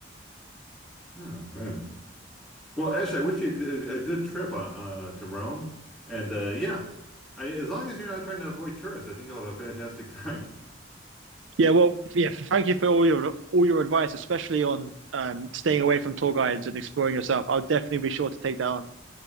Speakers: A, in the centre; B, on the right.
A: Oh man. Well, Ash, I wish you a good a good trip uh, uh, to Rome. And uh, yeah, I, as long as you're not trying to avoid tourists, I think you'll have a fantastic time.
B: Yeah, well, yeah. Thank you for all your all your advice, especially on um, staying away from tour guides and exploring yourself. I'll definitely be sure to take that on.